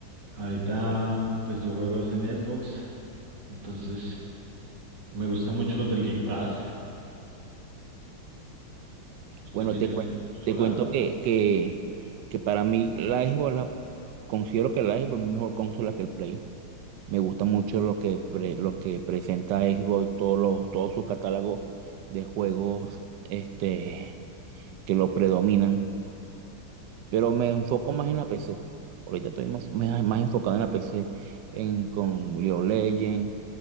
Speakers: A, on the right; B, on the right.
A: Ahorita, pues yo juego es en Xbox, entonces. Me gustan mucho los del Game Pass. ¿Usted
B: Bueno,
A: tiene
B: te
A: alguna
B: cuento,
A: consola?
B: te cuento que, que, que para mí la Xbox, la- considero que la Xbox es mejor consola que el Play. Me gusta mucho lo que, pre- lo que presenta Xbox, todo, lo- todo su catálogo de juegos este, que lo predominan. Pero me enfoco más en la PC. Ahorita estoy más, más- más enfocado en la PC, en, con League of Legends,